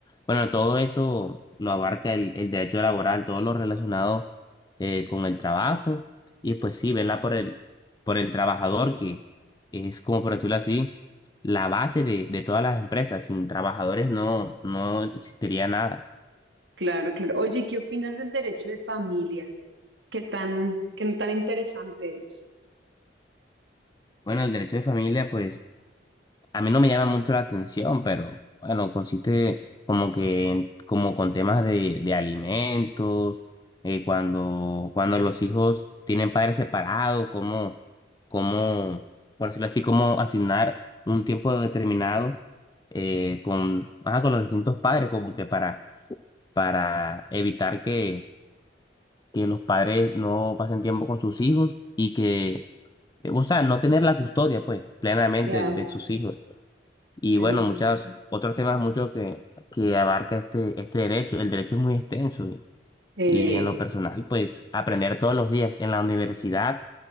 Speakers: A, on the left (about 20°); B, on the right (about 80°).
A: Bueno, todo eso lo abarca el, el derecho laboral, todo lo relacionado eh, con el trabajo. Y pues sí, ¿verdad? Por el, por el trabajador, que es como por decirlo así, la base de, de todas las empresas. Sin trabajadores no, no existiría nada.
B: Claro, claro. Oye, ¿qué opinas del derecho de familia? ¿Qué tan, qué tan interesante es?
A: Bueno, el derecho de familia, pues a mí no me llama mucho la atención, pero bueno, consiste como que en- como con temas de, de alimentos, eh, cuando, cuando los hijos tienen padres separados, como, como, por decirlo así, como asignar un tiempo determinado eh, con, ajá, con los distintos padres, como que para para evitar que, que los padres no pasen tiempo con sus hijos y que, eh, o sea, no tener la custodia, pues, plenamente
B: Ya,
A: de sus hijos. Y
B: tan-
A: bueno, muchos otros temas, muchos que, que abarca este, este derecho. El derecho es muy extenso.
B: Sí.
A: Y en lo personal, pues aprender todos los días. En la universidad